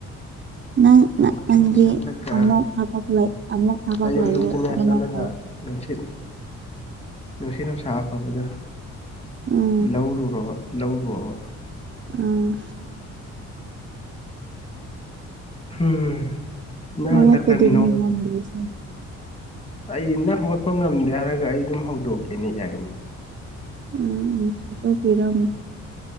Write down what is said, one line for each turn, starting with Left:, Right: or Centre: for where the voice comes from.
Right: ꯅꯪ
Left: ꯋꯥꯛꯀꯤꯡ
Right: ꯅꯪꯗꯤ
Left: ꯆꯠꯂꯒ
Right: ꯑꯃꯨꯛ ꯊꯕꯛ ꯑꯃꯨꯛ ꯊꯕꯛ
Left: ꯑꯌꯨꯛ
Right: ꯂꯩꯌꯦ
Left: ꯑꯌꯨꯛꯇꯅꯦ
Right: ꯑꯗꯨꯃꯥꯏꯅ
Left: ꯆꯠꯂꯒ
Right: ꯇꯧꯋꯤ
Left: ꯅꯨꯡꯁꯤꯠ ꯅꯨꯡꯁꯤꯠ ꯅꯨꯡꯁꯥ ꯑꯐꯕꯗꯣ
Right: ꯎꯝ
Left: ꯂꯧꯔꯨꯔꯕ ꯂꯧꯔꯨꯔꯕ
Right: ꯑ
Left: ꯎꯝ ꯅꯪ
Right: ꯑꯋꯥ
Left: ꯍꯟꯗꯛ
Right: ꯋꯥꯗꯨ
Left: ꯈꯔ
Right: ꯅ ꯋꯥꯗꯦꯁ
Left: ꯑꯩꯅ ꯍꯧꯒꯠꯄ ꯉꯝꯗꯦ ꯍꯥꯏꯔꯒ ꯑꯩ ꯑꯗꯨꯝ ꯍꯧꯗꯣꯛꯀꯦꯅꯦ ꯌꯥꯏꯅꯦ
Right: ꯎꯝ ꯐꯤꯔꯝ